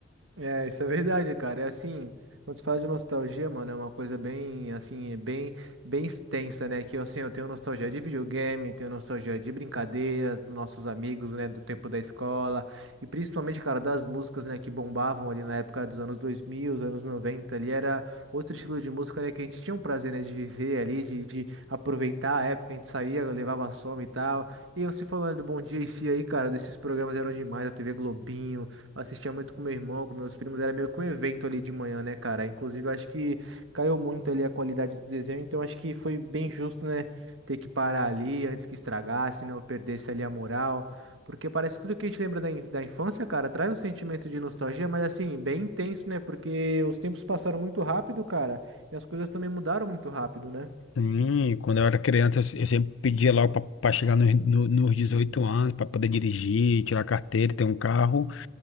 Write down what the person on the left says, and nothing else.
Sim, quando eu era criança, eu eu sempre pedia logo para chegar nos, no- nos 18 anos, para poder dirigir, tirar carteira, ter um carro.